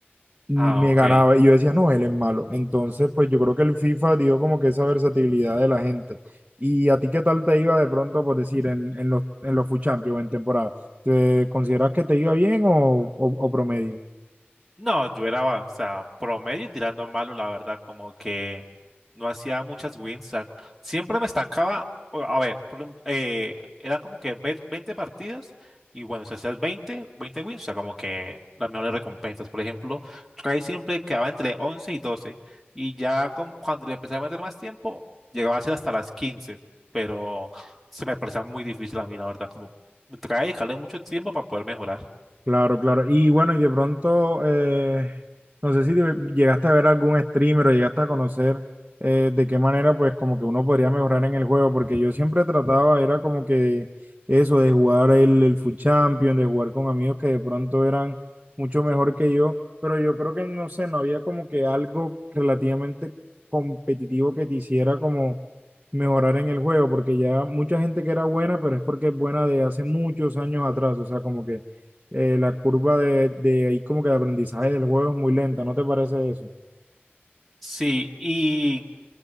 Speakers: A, on the right (about 30°); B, in the centre.
A: Y
B: Ah,
A: me
B: ok.
A: ganaba, y yo decía, no, él es malo. Entonces, pues yo creo que el FIFA dio como que esa versatilidad de la gente. ¿Y a ti qué tal te iba de pronto, por decir, en, en los, en los FUT Champions, en temporada? ¿Te consideras que te iba bien o, o o promedio?
B: No, yo era, o sea, promedio y tirando a malo, la verdad, como que no hacía muchas wins. o sea, siempre me estancaba, o- a ver, por un- eh, eran como que ve- 20 partidos y bueno, si hacías veinte, veinte wins, o sea, como que las mejores recompensas. Por ejemplo, Trey siempre quedaba entre 11 y 12 y ya con- cuando le empecé a meter más tiempo, llegaba a ser hasta las 15, pero se me parecía muy difícil a mí, la verdad, como Try y dejarle mucho tiempo para poder mejorar.
A: Claro, claro. Y bueno, y de pronto, eh, no sé si te- llegaste a ver algún streamer o llegaste a conocer eh, de qué manera, pues como que uno podría mejorar en el juego, porque yo siempre trataba, era como que eso, de jugar el, el FUT Champion, de jugar con amigos que de pronto eran mucho mejor que yo, pero yo creo que, no sé, no había como que algo relativamente competitivo que te hiciera como mejorar en el juego, porque ya mucha gente que era buena, pero es porque es buena de hace muchos años atrás, o sea, como que eh, la curva de, de ahí como que de aprendizaje del juego es muy lenta, ¿no te parece eso?
B: Sí, y